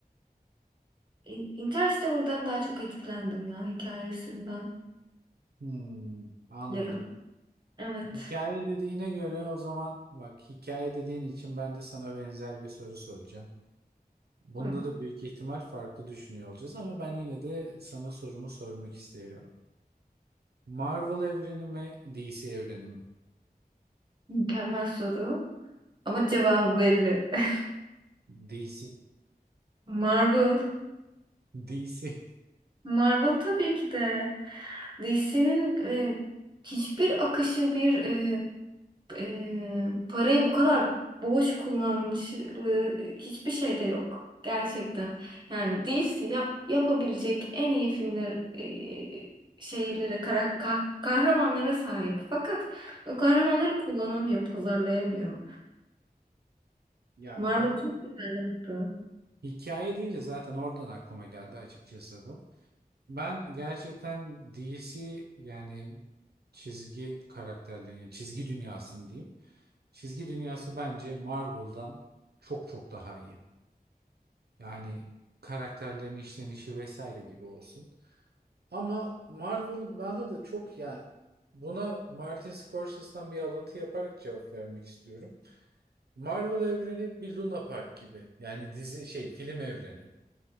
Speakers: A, on the right; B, on the right.
A: In- Interstellar'dan daha çok etkilendim ya hikayesinden
B: Hmm, anladım.
A: bilirim. Evet.
B: Hikaye dediğine göre o zaman bak hikaye dediğin için ben de sana benzer bir soru soracağım. Bunda
A: Hı.
B: da büyük ihtimal farklı düşünüyor olacağız ama ben yine de sana sorumu sormak isterim. Marvel evreni mi, DC evreni mi?
A: Mükemmel soru. Ama cevabı belli. <laughs>
B: DC.
A: Marvel.
B: DC.
A: Marvel tabii ki de. DC'nin hiçbir akışı bir e, e, parayı bu kadar boş kullanmışlığı hiçbir şeyde yok. Gerçekten. Yani DC yap, yapabilecek en iyi filmler e, şeylere, kara- kah- kahramanlara sahip. Fakat o kahramanları kullanamıyor, pazarlayamıyor.
B: Ya
A: Marvel
B: bak
A: çok güzel yaptı.
B: hikaye deyince zaten oradan aklıma geldi açıkçası bu. Ben gerçekten DC yani çizgi karakterlerini, çizgi dünyasını diyeyim. Çizgi dünyası bence Marvel'dan çok çok daha iyi. Yani karakterlerin işlenişi vesaire gibi olsun. Ama Marvel bana da çok yani buna Martin Scorsese'den bir alıntı yaparak cevap vermek istiyorum. Marvel evreni bir Luna Park gibi. Yani dizi şey film evreni.